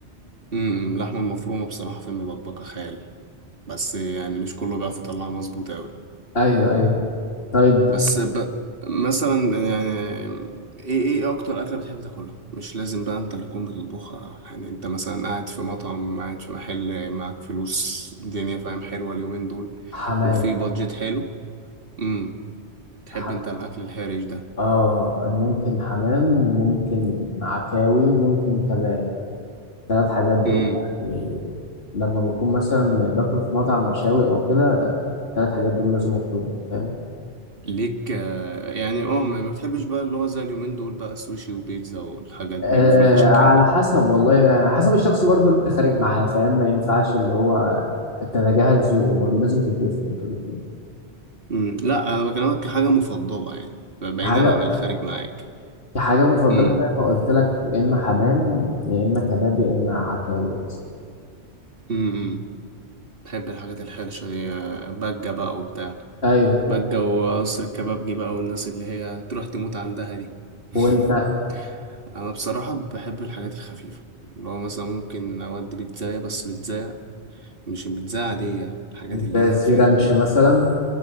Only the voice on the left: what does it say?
أيوه أيوه طيب
حمام
ح...
آه ممكن حمام ممكن عكاوي ممكن كباب الثلاث حاجات دول
يعني لما بكون مثلا باكل في مطعم مشاوي أو كده الثلاث حاجات دول لازم أطلبهم فاهم
آه
على حسب والله يعني على حسب الشخص برضو اللي أنت خارج معاه فاهم ما ينفعش اللي هو تتجاهل ذوقه برضه لازم تتفقوا انتوا الاتنين
حاجة
كحاجة مفضلة
زي ما قلت لك يا إما حمام يا إما كباب يا إما عكاوي مثلا
أيوه
وأنت
زي
سي
رانش مثلا